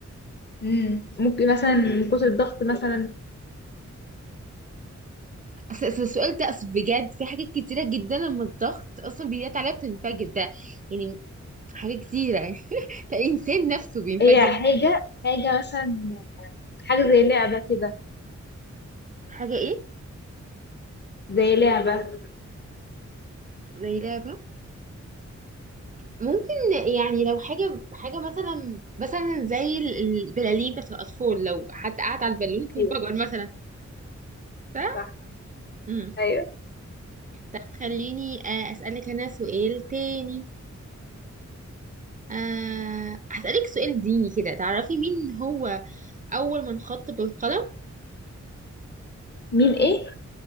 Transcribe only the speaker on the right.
أصل أصل السؤال ده أصل بجد في حاجات كتيرة جدا لما الضغط أصلا بيجي عليها بتنفجر ده يعني حاجة كتيرة يعني <laughs> الإنسان نفسه بينفجر
حاجة إيه؟
زي لعبة ممكن يعني لو حاجة حاجة مثلا مثلا زي ال- البلالين بتاعت الأطفال لو حد قعد على البالون بتنفجر
مثلا ف
مم.
طب خليني آه، أسألك أنا سؤال تاني آه هسألك سؤال ديني كده تعرفي مين هو أول من خط بالقلم